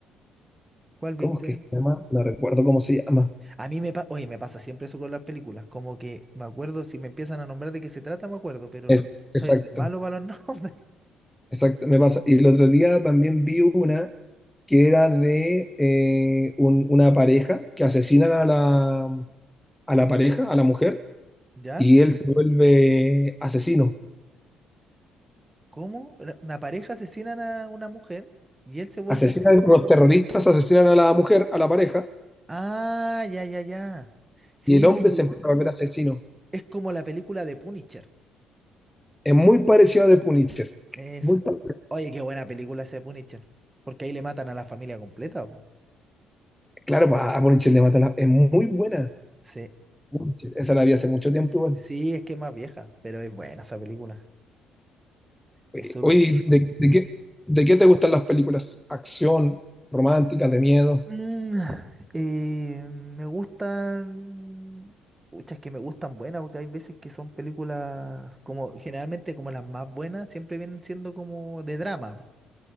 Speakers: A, on the right; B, in the centre.
A: ¿Cuál viste?
B: ¿Cómo es que se llama? No recuerdo cómo se llama.
A: A mí me pasa, oye, me pasa siempre eso con las películas, como que me acuerdo, si me empiezan a nombrar de qué se trata, me acuerdo, pero
B: Es-
A: lo- soy
B: exacto,
A: re malo para los <laughs> nombres.
B: exacto, me pasa. Y el otro día también vi una que era de eh, un- una pareja que asesinan a la, a la pareja, a la mujer,
A: ¿Ya?
B: y él se vuelve asesino.
A: ¿Cómo? Una una pareja asesinan a una mujer y él se vuelve
B: Asesinan
A: asesino.
B: los terroristas, asesinan a la mujer, a la pareja,
A: Ah, ya, ya, ya. Sí,
B: y el hombre
A: sí,
B: se empieza a volver asesino.
A: es como la película de Punisher.
B: Es muy parecido a The Punisher.
A: Esa.
B: Muy pa-
A: Oye, qué buena película ese Punisher. Porque ahí le matan a la familia completa, po.
B: claro, a a Punisher le mata la... Es muy buena.
A: Sí.
B: Punisher. Esa la vi hace mucho tiempo igual.
A: Sí, es que es más vieja, pero es buena esa película.
B: Oye,
A: Es súper,
B: oye,
A: súper buena.
B: ¿de, de qué, de qué te gustan las películas? Acción, románticas, de miedo.
A: Mm, eh, me gustan. Pucha, es que me gustan buenas, porque hay veces que son películas como, generalmente como las más buenas, siempre vienen siendo como de drama, po.